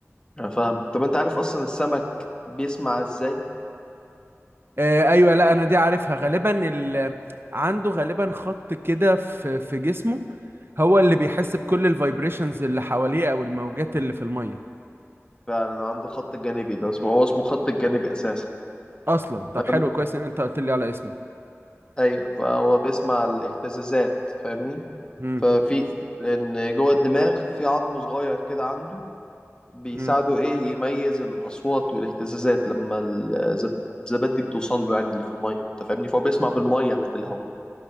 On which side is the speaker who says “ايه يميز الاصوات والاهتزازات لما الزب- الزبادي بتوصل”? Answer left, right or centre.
Left